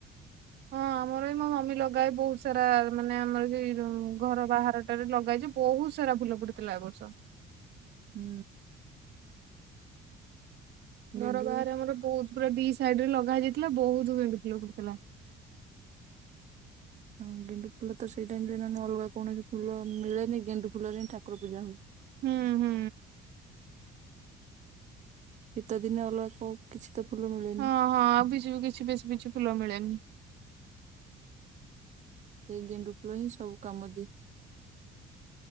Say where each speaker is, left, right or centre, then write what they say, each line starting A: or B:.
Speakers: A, on the right (about 75°); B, on the right (about 45°).
A: ହଁ, ଆମର ବି ମୋ ମମି ଲଗାଏ ବହୁତ ସାରା ମାନେ ଆମର ସେଇ ଯୋଉ ଘର ବାହାରଟାରେ ଲଗାଏ ଯେ ବହୁତ ସାରା ଫୁଲ ଫୁଟିଥିଲା ଏ ବର୍ଷ।
B: ହୁଁ। ଗେଣ୍ଡୁ
A: ଘର ବାହାରେ ଆମର ବହୁତ ପୁରା ବିସ୍ ସାଇଡ ରେ ଲଗା ହେ ଯାଇଥିଲା ବହୁତ ଗେଣ୍ଡୁ ଫୁଲ ଫୁଟିଥିଲା।
B: ହଁ ଗେଣ୍ଡୁ ଫୁଲ ତ ସେଇ ଟାଇମ ରେ ନଲେ ଅଲଗା କୌଣସି ଫୁଲ ମିଳେନି ଗେଣ୍ଡୁ ଫୁଲରେ ହି ଠାକୁର ପୂଜା ହୁଏ।
A: ହୁଁ ହୁଁ।
B: ଶୀତ ଦିନେ ଅଲଗା କଉ କିଛି ତ ଫୁଲ ମିଳେନି
A: ହଁ ହଁ ଆଉ କି କିଛି ବି କିଛି ବେଶୀ କିଛି ଫୁଲ ମିଳେନି।
B: ତ ଏଇ ଗେଣ୍ଡୁ ଫୁଲ ହିଁ ସବୁ କାମ ଦିଏ।